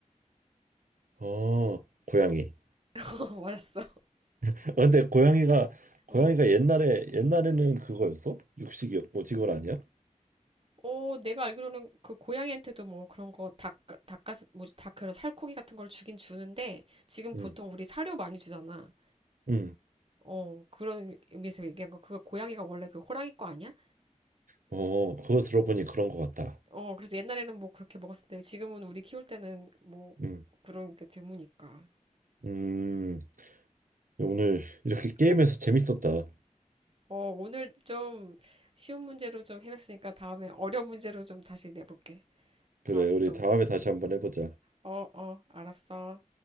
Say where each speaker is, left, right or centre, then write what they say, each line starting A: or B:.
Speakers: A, on the right; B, on the right.
A: 어, 고양이.
B: 맞았어.
A: 아, 근데 고양이가 고양이가
B: 어.
A: 옛날에 옛날에는 그거였어? 육식이었고 직원 아니야?
B: 어, 내가 알기로는 그 고양이한테도 뭐 그런 거 닭, 닭가슴, 뭐지, 닭 그런 살코기 같은 걸 주긴 주는데 지금 보통
A: 응.
B: 우리 사료 많이 주잖아.
A: 응.
B: 어, 그런 의미에서 얘기한 거. 그거 고양이가 원래 그 호랑이 거 아니야?
A: 어, 그거 들어보니 그런 것 같다.
B: 어, 그래서 옛날에는 뭐 그렇게 먹었었는데 지금은 우리 키울 때는 뭐
A: 응.
B: 그런 게 드무니까.
A: 음. 오늘 이렇게 게임에서
B: 오,
A: 재밌었다.
B: 어, 오늘 좀 쉬운 문제로 좀 해봤으니까 다음에 어려운 문제로 좀 다시 내볼게.
A: 그래,
B: 다음에
A: 우리
B: 또,
A: 다음에 다시 한번 해보자.
B: 어, 어, 알았어.